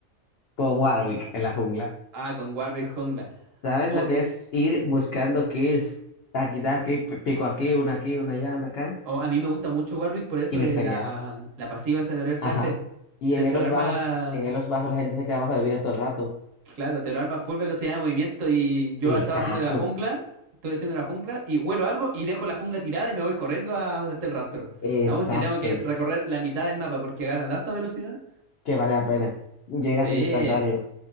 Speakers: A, on the left (about 70°); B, on the right (about 65°).
A: Con Warwick en la jungla.
B: Ah, con Warwick Jungla.
A: ¿Sabes
B: Oh,
A: lo que es ir buscando kills? Taqui, taqui, pi- pico aquí, una aquí, una allá, una acá.
B: oh, a mí me gusta mucho Warwick por eso
A: Y me
B: de
A: feriaba.
B: la, la pasiva esa de oler sangre.
A: Ajá. Y
B: Te,
A: en
B: te
A: elos
B: lo arma.
A: bajos, en elos bajos la gente se queda abajo de vida todo el rato.
B: Claro, te lo arma full velocidad de movimiento. Y yo
A: Exacto.
B: estaba haciendo la jungla. Estoy haciendo la jungla. Y huelo algo y dejo la jungla tirada y me voy corriendo a donde está el rastro.
A: Exacto.
B: Aún si tengo que recorrer la mitad del mapa porque gana tanta velocidad.
A: que vale la pena. Llegas
B: Sí.
A: instantáneo